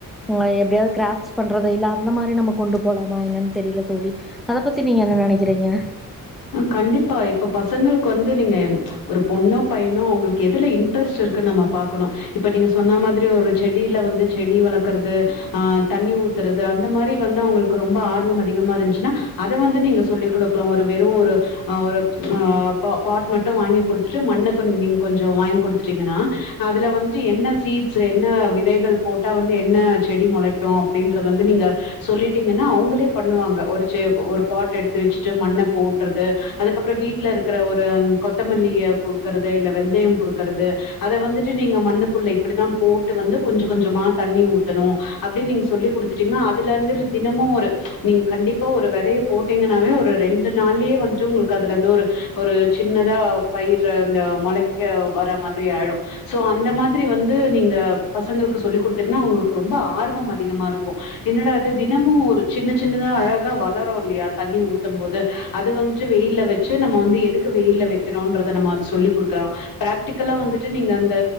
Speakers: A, in the centre; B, on the left.
A: ம் எப்டியாவ்து கிராஃப்ட்ஸ் பண்றது இல்ல அந்த மாரி நம்ம கொண்டு போலாமா என்னன் தெரியில தோழி அதப் பத்தி நீங்க என்ன நெனக்கிறீங்க
B: கண்டிப்பா இப்ப பசங்களுக்கு வந்து நீங்க ஒரு பொண்ணோ பையனோ அவுங்களுக்கு எதுல இன்ட்ரெஸ்ட் இருக்குன் நம்ம பாக்கணு இப்ப நீங்க சொன்னா மாதிரி ஒரு செடியில வந்து செடி வளக்குறது ஆ தண்ணி ஊத்துறது அந்த மாரி வந்து அவுங்களுக்கு ரொம்ப ஆர்வம் அதிகமா இருந்ச்சுன்னா அத வந்து நீங்க சொல்லி் குடுக்லா ஒரு வெறு ஒரு ஆ ஒரு ஆ பா பாட் மட்டு வாங்கி குடுத்துட்டு மண்ண கொண் நீங் கொஞ்சோ வாங்கி குடுத்துட்டீங்கன்னா அதுல வந்துட்டு என்ன சீட்ஸ் என்ன விதைகள் போட்டா வந்து என்ன செடி மொளைக்கு அப்டின்றது வந்து நீங்க சொல்லிட்டீங்கன்னா அவுங்களே பண்ணுவாங்க ஒரு செ ஒரு பாட் எடுத்து வெச்சிட்டு மண்ணப் போட்றது அதுக்கப்பறோ வீட்ல இருக்குற ஒரு கொத்தமல்லிய குடுக்கறது இல்ல வெந்தயம் குடுக்கறது அத வந்துட்டு நீங்க மண்ணுக்குள்ள இப்டிதா போட்டு வந்து கொஞ்ச கொஞ்சமா தண்ணி ஊத்தணு அப்டின் நீங்க சொல்லி்க் குடுத்துட்டீங்னா அதுலருந்து லி தினமு ஒரு நீங்க கண்டிப்பா ஒரு வெதைய போட்டீங்கன்னாவே ஒரு ரெண் டு நாள்லயே வந்துட்டு உங்களுக்கு அதுலேருந்து ஒரு ஒரு சின்னதா பயிர் இந்த மொளெக்க வர மாதிரி ஆயிடு சோ அந்த மாதிரி வந்து நீங்க பசங்களுக்கு சொல்லி் குடுத்துடீங்னா அவுங்களுக்கு ரொம்ப ஆர்வம் அதிகமா இருக்கு என்னடா இது தினமு ஒரு சின்ன சின்னதா அழகா வளரு இல்லையா தண்ணி ஊத்தம் போது அது வந்துட்டு வெயில்ல வச்சு நம்ம வந்து எதுக்கு வெயில்ல வெக்கணுன்றத நம்ம அது சொல்லி்க் குடுக்கலா ப்ராக்டிக்கலா வந்துட்டு நீங்க அந்த